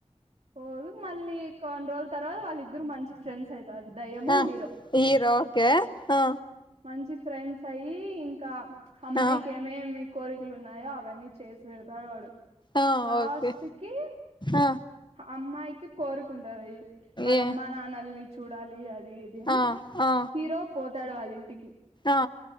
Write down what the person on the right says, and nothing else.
పోదు మళ్ళీ కొన్ని రోజుల తర్వాత వాళ్ళి ద్దరూ మంచి ఫ్రెండ్స్ అయితారు దయ్యము
హీరో
మంచి ఫ్రెండ్స్ అయి ఇంకా అమ్మాయికి
ఏమేమి కోరికలు ఉన్నాయో అవన్నీ చేసి పెడతాడు వాడు
లాస్ట్‌కి
అమ్మాయికి కోరికుంటది వాళ్ళ
అమ్మా నాన్నల్ని చూడాలి అది ఇది అని
హీరో పోతాడు వాళ్ళింటికి